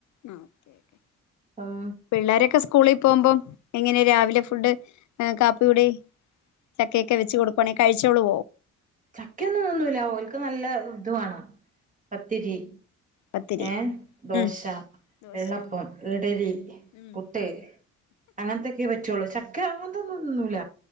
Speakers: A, on the left; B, on the right.
A: ആഹ് ഓക്കെ ഓക്കെ
B: ഉം
A: പിള്ളേരൊക്കെ സ്കൂളി പോമ്പം എങ്ങനെ രാവിലെ ഫുഡ് കാപ്പികുടി ചക്കൊക്കെ വെച്ച് കൊടുക്കുവാണെ കഴിച്ചോളോ
B: ചക്കയൊന്നും തിന്നൂല്ല ഓൽക്ക് നല്ല ഇത് വാണം പത്തിരി
A: പത്തിരി
B: ഏഹ് ദോശ,
A: ഉം ദോശ
B: വെള്ളപ്പം, ഇഡ്ലി,
A: ഉം
B: പുട്ട് അങ്ങൻത്തെ ക്കെ പറ്റുള്ളൂ ചക്ക അങ്ങൻത്തൊന്നും തിന്നൂല.